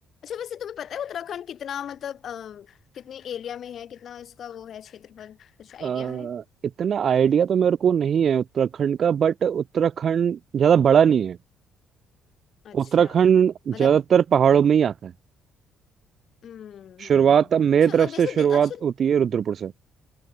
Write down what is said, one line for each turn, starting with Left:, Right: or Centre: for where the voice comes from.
Left: वैसे तुम्हें पता है उत्तराखंड कितना मतलब अ, कितने एरिया में है कितना इसका वो है क्षेत्रफल कुछ आइडिया
Right: अ,
Left: है
Right: इतना आइडिया तो मेरे को नहीं है उत्तराखंड का बट उत्तराखंड ज्यादा बड़ा नहीं है
Left: अच्छा
Right: उत्तराखंड
Left: मतलब
Right: ज्यादातर पहाड़ों में ही आता है
Left: हम्म हम्म,
Right: शुरुआत
Left: हम्म।
Right: अब मेरे
Left: अच्छा
Right: तरफ
Left: और
Right: से
Left: जैसे
Right: शुरुआत
Left: दे, अच्छा
Right: होती है रुद्रपुर से